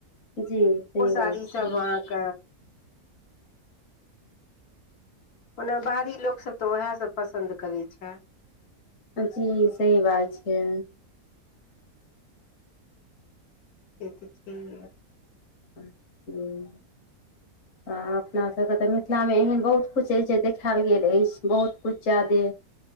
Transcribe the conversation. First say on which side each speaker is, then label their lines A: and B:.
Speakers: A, on the left; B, on the left.
A: जी सही
B: ओ
A: बात
B: साड़ी
A: छै
B: सभ अहाँक ओना बाहरी लोकसभ तऽ ओएह सभ पसन्द करै छै
A: जी सही बात छै
B: से तऽ छै हे
A: हूं आ अपना सभ के तऽ मिथिला मे एहन बहुत किछ अछि जे देखायल गेल अछि बहुत किछ जादे